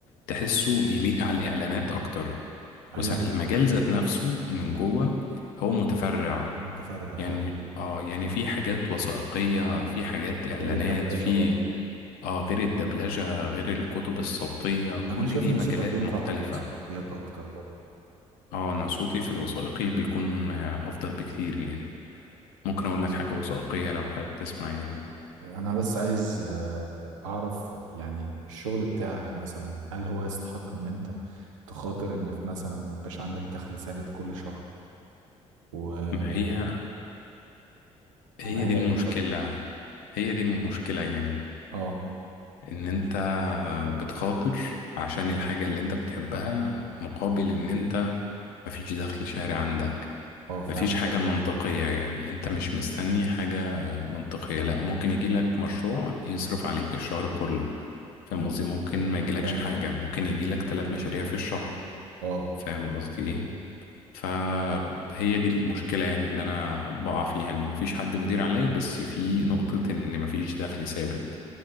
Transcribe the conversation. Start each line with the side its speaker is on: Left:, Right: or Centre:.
Left: تحسه يليق على الإعلانات أكتر
Right: ايوه
Left: والمجال ذات نفسه من جوه هو متفرع
Right: متفرع
Left: يعني
Right: فعلا
Left: اه يعني في حاجات وثائقية في حاجات إعلانات
Right: غير الدبلجة
Left: في
Right: برضو
Left: اه غير الدبلجة غير الكتب الصوتية كل
Right: أنا شايف
Left: دي
Right: إن
Left: مجالات
Right: صوتك ينفع
Left: مختلفة
Right: في الوثائقيات أكتر برضو
Left: اه انا صوتي في الوثائقي بيكون آه، افضل بكتير يعني ممكن اقول لك حاجة وثائقية لو حابب تسمع يعني
Right: أنا بس عايز آه، أعرف يعني الشغل بتاعك مثلا هل هو يستحق إن أنت تخاطر إنك مثلا ما يبقاش عندك دخل ثابت كل شهر وما
Left: ما هي هي
Right: هي
Left: دي المشكلة
Right: اتفضل
Left: هي دي المشكلة يعني
Right: أه
Left: ان انت بتخاطر عشان الحاجة اللي انت بتحبها مقابل ان انت مفيش دخل شهري عندك
Right: أه فهمت
Left: مفيش حاجة
Right: قصدي
Left: منطقية يعني انت مش مستني حاجة منطقية لا ممكن يجيلك مشروع يصرف عليك الشهر كله فاهم قصدي ممكن ما يجيلكش
Right: فاهم
Left: حاجة
Right: قصدي
Left: ممكن يجيلك تلات مشاريع في الشهر
Right: أه
Left: فاهم قصدي ايه فهي دي المشكلة يعني اللي أنا بقع فيها إن مفيش حد مدير عليا بس في نقطة إن مفيش دخل ثابت